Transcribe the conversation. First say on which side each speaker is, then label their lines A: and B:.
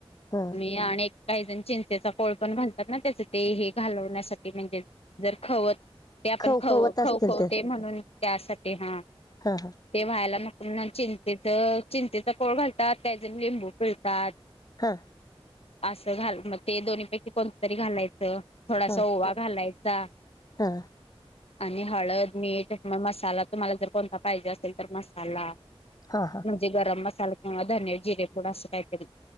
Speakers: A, on the left; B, on the left.
A: हा
B: मी आणि काही जण चिंचेचा कोळ कोळ पण घालतात ना त्याच ते हे घालवण्यासाठी म्हणजे जर खवत ते आपण
A: खवखवत
B: ख खव
A: असतील
B: खवतंय
A: तर
B: म्हणून त्यासाठी हा
A: हा
B: ते व्हायला नको म्हणून चिंचेचं चिंचेचं कोळ घालतात त्याच्यात लिंबू पिळतात
A: हा
B: असं घाल मग ते दोन्हीपैकी कोणतं तरी घालायचं थोडासा
A: हा हा
B: ओवा घालायचा
A: हा
B: आणि हळद मीठ मग मसाला तुम्हाला जर कोणता पाहिजे असेल तर मसाला
A: हा हा
B: म्हणजे गरम मसाला किंवा धने जिरेपूड असं काय तरी